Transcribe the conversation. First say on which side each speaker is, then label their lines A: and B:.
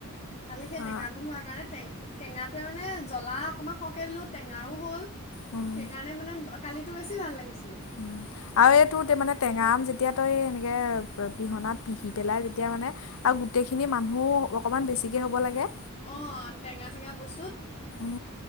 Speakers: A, on the left (about 30°); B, on the left (about 65°).
A: কালি সেই
B: আ
A: টেঙাটো হোৱাৰ কাৰণে টে টেঙাটোৱে মানে, জ্বলা অকমান সহকে দিলে টেঙাৰ' হ'ল
B: উম।
A: সেইকাৰণে মানে কালিটো বেছি ভ লাগিছে
B: উম আৰু এইটো মানে টেঙাম যেতিয়া এনেকে পিহনাত পিহি পেলাই তেতিয়া মানে আৰু গোটেইখিনি মানুহ অকমান বেছি কি হ'ব লাগে
A: অ টেঙা চেঙা বস্তুত
B: উম